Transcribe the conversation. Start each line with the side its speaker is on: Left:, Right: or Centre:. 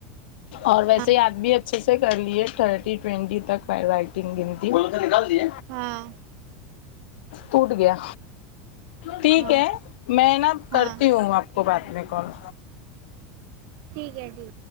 Left: اور ویسے
Right: ہاں
Left: ہی آپ بھی اچھے سے کر لیے تھرٹی ٹوینٹی تک بی رائٹنگ گنتی
Right: ہاں
Left: ٹوٹ گیا ٹھیک
Right: ہاں
Left: ہے میں نا
Right: ہاں
Left: کرتی ہوں آپ کو بعد میں کال
Right: یہ ٹھیک ہے